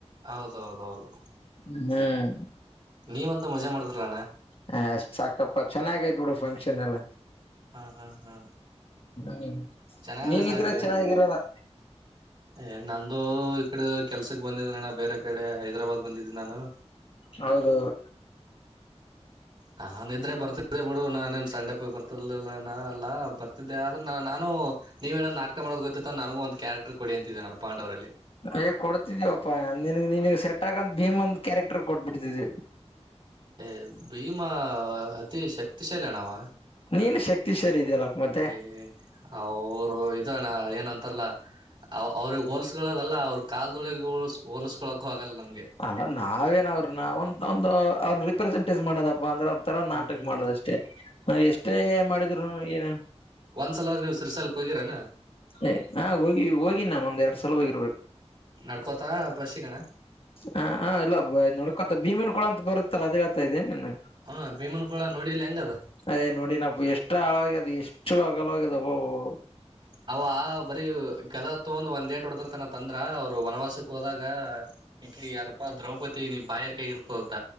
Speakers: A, on the right; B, on the left.
A: ಹೌದ ಹೌದ ಹೌದು.
B: ಹು.
A: ನೀವಂತ ಮಜಾ ಮಾಡಿದ್ರ ಅಣ್ಣ.
B: ಹೆ ಸಾಕಪ್ಪ ಚೆನ್ನಾಗಿತ್ ಬಿಡು ಫಂಕ್ಷನ್ ಎಲ್ಲ.
A: ಹಾ ಹಾ ಹಾ.
B: ಹು
A: ಚೆನ್ನಾಗದ
B: ನೀವು
A: ಸಾಕು
B: ಇದ್ರೆ
A: ಏನು
B: ಚೆನ್ನಾಗಿರೋದು.
A: ಏ ನಂದು ಈ ಕಡೆ ಕೆಲ್ಸಕ್ ಬಂದಿದ್ದ ನಣ ಬೇರೆ ಕಡೆ ಹೈದ್ರಾಬಾದ್ ಬಂದಿದ್ದೀನಿ ನಾನು.
B: ಹೌದು ದೌದು.
A: ನಾನಿದ್ರೆ ಬರ್ತಿದ್ದೆ ಬಿಡು ನಾನೇನ್ ಸಂಡೆಪ್ಪಿ ಬರ್ತಿರ್ಲಿಲ್ಲ ಅಲ್ಲಾ ಬರ್ತಿದ್ದೆ ಆದ್ರೆ ನಾ ನಾನು. ನೀವೇನೋ ನಾಕ ಮಾಡೋ ಗೊತ್ತತ್ತು ನನಗ ಒಂದು ಕ್ಯಾರೆಕ್ರ್ ಕೊಡಿ ಅಂತಿದ್ದಿದೆ ನಾನು ಪಾಂಡವರಲ್ಲಿ.
B: ಯ ಕೊಡ್ತಿದಿವಪ್ಪಾ ನಿನಗ್ ನಿನಗ್ ಸೆಟ್ ಆಗಂತ ಭೀಮಂದ ಕ್ಯಾರೆಕ್ಟರ್ ಕೊಟ್ಬಿಡ್ತಿದ್ವಿ.
A: ಏ ಭೀಮಾ ಅತಿ ಶಕ್ತಿಶಾಲಿ ಅಣ್ಣಾ ಅವಾ.
B: ನೀನು ಶಕ್ತಿ ಶಾಲಿ ಇದೆಯಲ್ಲ ಮತ್ತೆ.
A: ಏ ಅವರು ಇದ ಅಣ್ಣ ಏನಂತಲ್ಲ. ಅವ್ರಿಗೆ ಹೋಲಸಗಳದ ಅಲ್ಲ ಅವ್ರು ಕಾಲ್ದೊಳಿ ಹೋಲ್ಸ ಹೋಲಸ್ಕೊಕ ಆಗಲ್ಲ ನಮ್ಗೆ.
B: ಅಲ್ಲ ನಾವೇನ್ ಅವ್ರನ್ನ ಒಂದ ಅವ್ರರು ರಿಪ್ರೆಸೆಂಟೇಜ ಮಾಡದಪ್ಪ ಅಂದ್ರೆ. ತರ ನಾಟಕ
A: ಹ್ಮ್
B: ಮಾಡೋದಷ್ಟೇ ನಾ ಎಷ್ಟೇ ಏನ್ ಮಾಡಿದ್ರು ಏನು.
A: ಒಂದ್ಸಲಾದ್ರ ನೀವು ಶ್ರೀಶೈಲಕ್ಕೆ ಹೋಗಿರೆನ.
B: ಏ ಹಾ ಹೋಗಿ ಹೋಗಿ ನಾನ್ ಒಂದ್ ಎರಡ್ ಸಲ ಹೋಗಿರ್ಬೇಕು.
A: ನಡ್ಕೋತಾ ಬಸ್ಸಿಗೆ ಅಣ್ಣಾ.
B: ಹಾ ಹಾ ಇಲ್ಲ ನೋಡ್ಕೊತ ಭೀಮನ್ ಕೊಳಂತ ಬರುತ್ತಲ್ಲ ಅದೇ ಹೇಳ್ತಾ ಇದೇ ಏನ್ ನೀನ್.
A: ಹ ಭೀಮನ್ ಕೊಳಾ ನೋಡಿಲ್ಲ ಹೆಂಗದ.
B: ಅಯ್ ನೋಡಿ ನಾ ಎಷ್ಟು ಆಳವಾಗ ಅದ್ ಎಷ್ಟು ಹಗಲೋಗ್ಯದ ಬೊವು.
A: ಅವ ಬರೀ ಗದಾ ತಗೊಂಡ ಒಂದ್ ಏಟ ಹೊಡದಿರ್ತಾನಂತ ತಂದ್ರ ಅವ್ರ ವನವಾಸಕ. ಹೋದಾಗ ಇಕಿ ಯಾರಪ್ಪಾ ದ್ರೌಪದಿ ನೀ ಬಾಯರ್ಕೆ ಆಗಿರ್ತದಂತ.